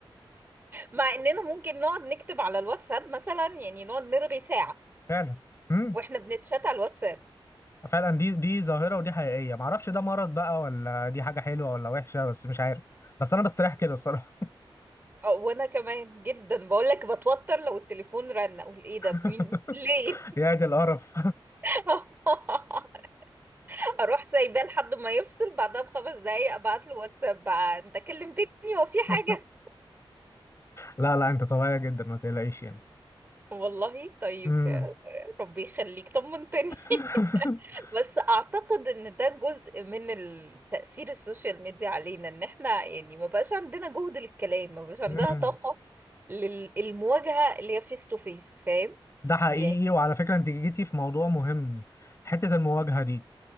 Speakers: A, on the right; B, on the left.
A: مع اننا ممكن نقعد نكتب على الواتساب مثلا يعني نقعد نرغي ساعة
B: فعلا امم
A: واحنا بنتشات على الواتساب
B: فعلا دي دي ظاهره ودي حقيقيه ما اعرفش ده مرض بقى ولا دي حاجه حلوه ولا وحشه بس مش عارف بس انا بستريح كده الصراحه
A: اه وانا كمان جدا بقول لك بتوتر لو التليفون رن اقول ايه ده
B: <laughs>
A: مين ليه
B: يا دي القرف
A: <laughs> اروح سايباه لحد ما يفصل بعدها بخمس دقايق ابعت له واتساب بقى انت كلمتني هو في
B: <laughs>
A: حاجة
B: لا لا انت طبيعية جدا ما تقلقيش يعني
A: والله طيب
B: امم
A: يا ربي يخليك طمنتني
B: <laughs>
A: <laughs> بس اعتقد ان ده جزء من التأثير السوشيال ميديا علينا ان احنا يعني ما بقاش عندنا جهد للكلام ما بقاش عندنا
B: امم
A: طاقة للمواجهة اللي هي فيس تو فيس فاهم
B: ده حقيقي
A: يعني
B: وعلى فكرة انت جيتي في موضوع مهم حتة المواجهة دي